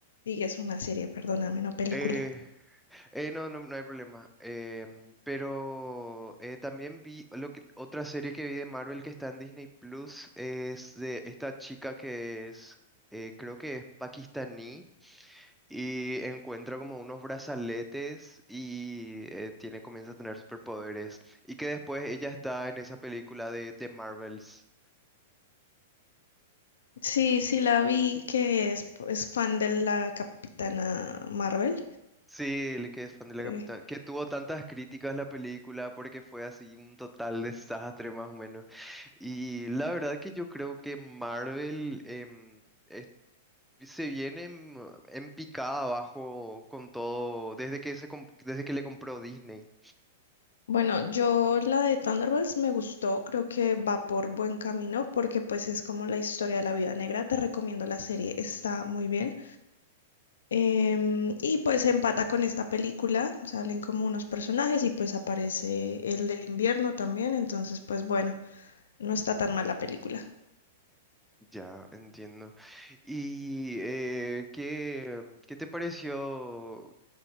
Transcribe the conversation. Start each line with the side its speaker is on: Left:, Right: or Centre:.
Left: Sí, es una serie, perdóname, no película.
Centre: Eh, eh, no, no, no hay problema. Em, pero eh, también vi lo que, otra serie que vi de Marvel que está en Disney Plus, es de esta chica que es, eh, creo que es pakistaní Y encuentra como unos brazaletes y eh, tiene, comienza a tener superpoderes. Y que después ella está en esa película de, de Marvels.
Left: Sí, sí, la vi que es, es fan de la Capitana Marvel.
Centre: Sí, el que es fan de la
Left: Eh,
Centre: Capitana. Que tuvo tantas críticas la película porque fue así un total desastre más o menos. Y la verdad que yo creo que Marvel em, es- se viene en, en picada abajo con todo desde que, se, comp- desde que le compró Disney.
Left: Bueno, yo la de Thunderbolts me gustó, creo que va por buen camino porque pues es como la historia de la vida Negra, te recomiendo la serie, está muy bien. Em, y pues empata con esta película, salen como unos personajes y pues aparece el del invierno también, entonces pues bueno, no está tan mal la película.
Centre: Ya, entiendo. ¿Y eh, qué, qué te pareció